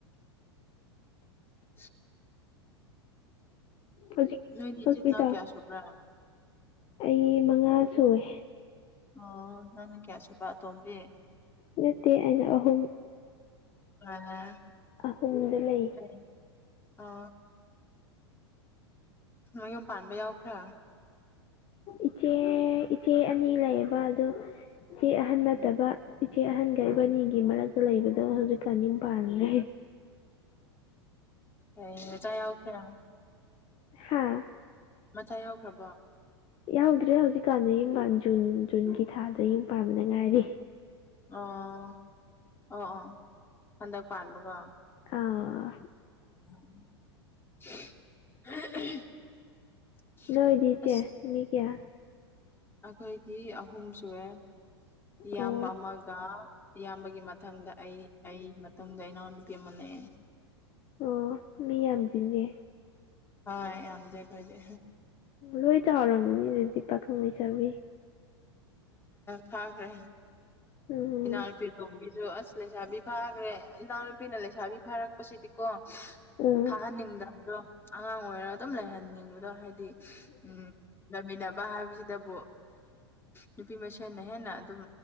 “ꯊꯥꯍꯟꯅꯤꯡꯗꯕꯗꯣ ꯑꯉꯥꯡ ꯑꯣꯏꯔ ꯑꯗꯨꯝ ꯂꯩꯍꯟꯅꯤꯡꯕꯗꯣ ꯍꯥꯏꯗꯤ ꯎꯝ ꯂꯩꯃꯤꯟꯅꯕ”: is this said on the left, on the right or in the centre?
Left